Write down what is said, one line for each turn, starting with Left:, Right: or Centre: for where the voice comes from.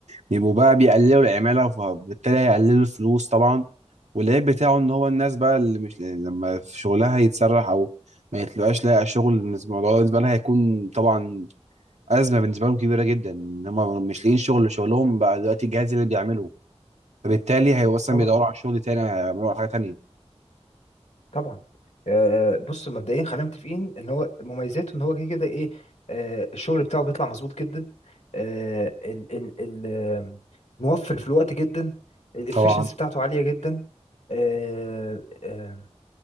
Right: بيبقوا بقى بيقللوا العماله فبالتالي هيقللوا الفلوس طبعا والعيب بتاعه ان هو الناس بقى اللي مش يعني لما في شغلها يتسرح او ما يتلقاش لاقي شغل الموضوع ده بالنسبه لها هيكون طبعا ازمه بالنسبه لهم كبيره جدا ان هم مش لاقيين شغل شغلهم بقى دلوقتي الجهاز اللي بيعمله فبالتالي هيبقوا اصلا
Left: طبعا
Right: بيدوروا على شغل تاني هيعملوا على حاجه تانيه
Left: طبعا آه، بص مبدئيا خلينا متفقين ان هو مميزاته ان هو كده كده ايه آه، الشغل بتاعه بيطلع مظبوط جدا آه، ال ال ال آه، موفر في الوقت جدا الافشنسي
Right: طبعا
Left: بتاعته عاليه جدا آه، آه،